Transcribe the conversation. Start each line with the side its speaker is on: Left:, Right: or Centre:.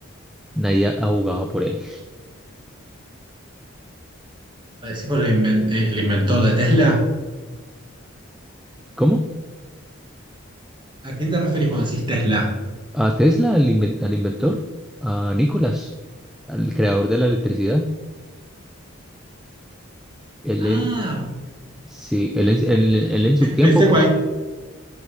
Centre: nadie abogaba por él.
Right: ¿Parecís por el, inven- eh, el inventor de Tesla?
Centre: ¿Cómo?
Right: ¿A quién te referís cuando decís Tesla?
Centre: ¿A Tesla, al, inven- al inventor? ¿A Nicolás, al creador de la electricidad? Él
Right: Ah,
Centre: en, sí, él en, él- él en su tiempo,
Right: pensé
Centre: pro-
Right: cuál.